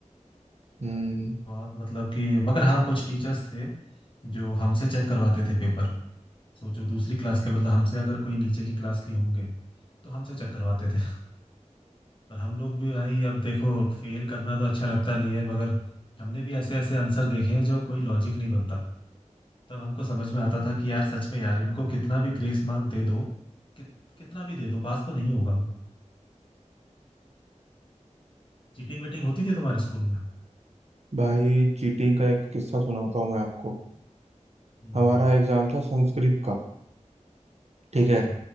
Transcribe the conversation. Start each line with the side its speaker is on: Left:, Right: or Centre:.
Right: हम्म
Left: बहुत मतलब कि मगर हाँ कुछ टीचर्स थे जो हमसे चेक करवाते थे पेपर सोचो दूसरी क्लास के मतलब हमसे अगर कोई नीचे की क्लास की होंगे तो हमसे चेक करवाते थे और हम लोग भी भाई अब देखो फेल करना तो अच्छा लगता नहीं है मगर हमने भी ऐसे ऐसे आंसर देखे हैं जो कोई लॉजिक नहीं बनता तब हमको समझ में आता था कि यार सच में यार इनको कितना भी ग्रेस मार्क दे दो कित, कितना भी दे दो पास तो नहीं होगा वो चीटिंग वीटिंग होती थी तुम्हारे स्कूल में
Right: भाई चीटिंग का एक किस्सा सुनाता हूँ मैं आपको
Left: हम्म
Right: हमारा
Left: हम्म,
Right: एग्जाम था संस्कृत का ठीक
Left: अच्छा
Right: है